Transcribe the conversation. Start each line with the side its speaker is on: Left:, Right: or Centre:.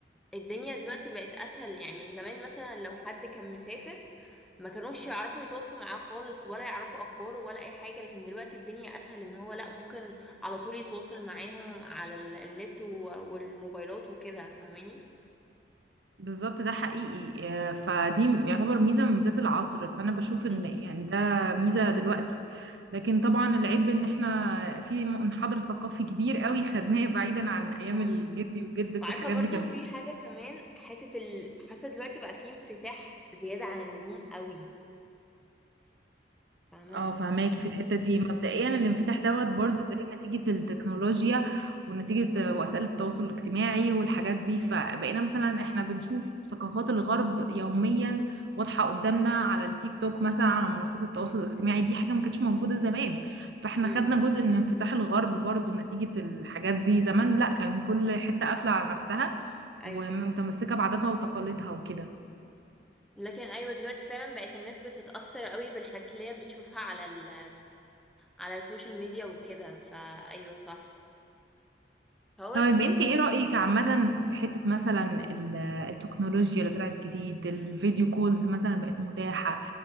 Centre: الدنيا دلوقتي بقت اسهل يعني زمان مثلا لو حد كان مسافر ما كانوش يعرفوا يتواصلوا معاه خالص ولا يعرفوا اخباره ولا اي حاجه لكن دلوقتي الدنيا اسهل ان هو لا ممكن على طول يتواصل معاهم على ال- النت و- والموبايلات وكده فاهماني
Right: بالظبط ده حقيقي آه، فدي يعتبر ميزة من ميزات العصر فأنا بشوف إن
Centre: امم
Right: يعني ده ميزة دلوقتي لكن طبعا العيب إن إحنا في منحدر ثقافي كبير قوي خدناه بعيدا عن أيام
Centre: اهو
Right: الجدي وجدك
Centre: وعارفه
Right: والحاجات
Centre: برضو
Right: دي كانت
Centre: في حاجه كمان حته ال... حاسه دلوقتي بقى في انفتاح زياده عن اللزوم قوي فاهمه
Right: اه فهماكي في الحتة دي مبدئيا
Centre: امم
Right: الانفتاح دوت برضو جاي نتيجة التكنولوجيا ونتيجة
Centre: بالظبط
Right: وسائل التواصل الاجتماعي والحاجات دي فبقينا مثلا احنا بنشوف ثقافات الغرب يوميا واضحة قدامنا على التيك توك مثلا على منصات التواصل الاجتماعي دي حاجة ما كانتش موجودة زمان فاحنا
Centre: امم
Right: خدنا جزء من انفتاح الغرب برضو نتيجة الحاجات دي زمان لا كان كل حتة قافلة على نفسها
Centre: ايوه
Right: ومتمسكة بعاداتها وتقاليدها وكده
Centre: لكن ايوه دلوقتي فعلا بقت الناس بتتأثر قوي بالحاجات اللي هي بتشوفها على ال على السوشيال ميديا وكده فايوه صح فهو
Right: طيب
Centre: زي
Right: انت ايه رأيك عامة في حتة مثلا ال- التكنولوجيا اللي طلعت جديد الفيديو كولز مثلا بقت متاحة